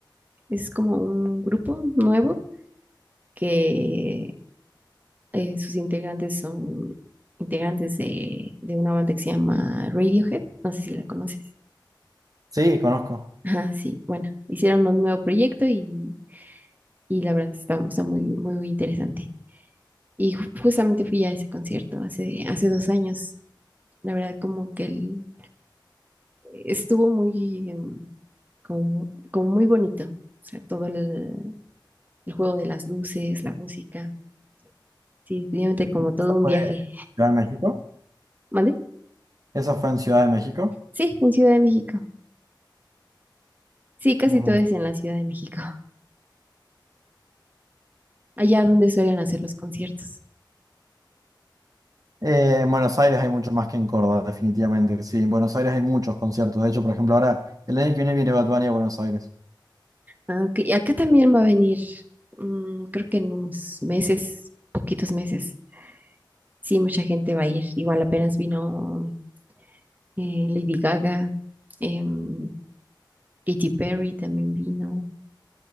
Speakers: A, on the right; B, on the right.
A: es como un grupo nuevo que eh, sus integrantes son integrantes de, de una banda que se llama Radiohead. No sé si la conoces.
B: Sí, conozco.
A: Ajá, sí, bueno, hicieron un nuevo proyecto y, y la verdad está, está muy, muy interesante. Y ju- justamente fui a ese concierto hace, hace dos años. La verdad, como que el- estuvo muy, em, como, como muy bonito. O sea, todo el, el juego de las luces, la música. Sí, definitivamente como
B: ¿Eso
A: todo un
B: fue
A: viaje.
B: en Ciudad de México?
A: ¿Mande?
B: ¿Eso fue en Ciudad de México?
A: Sí, en Ciudad de México. Sí, casi
B: Ujú.
A: todo es en la Ciudad de México, <laughs> allá donde suelen hacer los conciertos.
B: Eh, en Buenos Aires hay mucho más que en Córdoba, definitivamente. Sí, en Buenos Aires hay muchos conciertos. De hecho, por ejemplo, ahora el año que viene viene Bad Bunny a Buenos Aires.
A: Ah, ok, y Acá también va a venir, mm, creo que en unos meses, poquitos meses. Sí, mucha gente va a ir. Igual apenas vino eh, Lady Gaga, em, Katy Perry también vino,